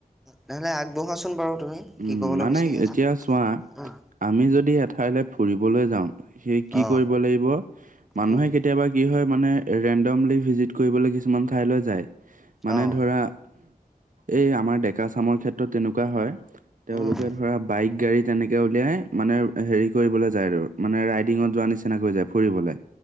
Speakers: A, in the centre; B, on the right.
A: তেনেহ'লে আগবঢ়োৱা চোন বাৰু তুমি।
B: উম,
A: কি ক'বলৈ
B: মানে
A: বিচাৰি আছা?
B: এতিয়া চোৱা।
A: উম,
B: আমি যদি এঠাইলৈ ফুৰিবলৈ যাওঁ সেই কি
A: অ'।
B: কৰিব লাগিব মানুহে
A: উম
B: কেতিয়াবা কি হয় মানে ৰেণ্ডমলি ভিজিট কৰিবলৈ কিছুমান ঠাইলৈ যায়, মানে
A: অঁ
B: ধৰা এই আমাৰ ডেকা চামৰ ক্ষেত্ৰত তেনেকুৱা হয় তেওঁলোকে
A: উম
B: ধৰা বাইক গাড়ী তেনেকৈ উলিয়াই মানে হেৰি কৰিবলৈ যায় আৰু মানে ৰাইডিঙত যোৱা নিচিনাকৈ যায় ফুৰিবলৈ।